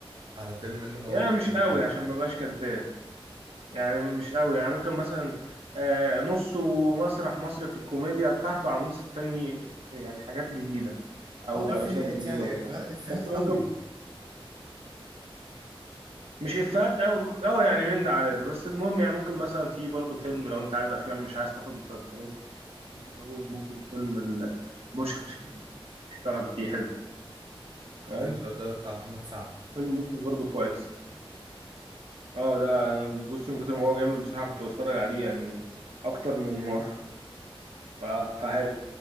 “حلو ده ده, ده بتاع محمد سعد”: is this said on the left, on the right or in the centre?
Right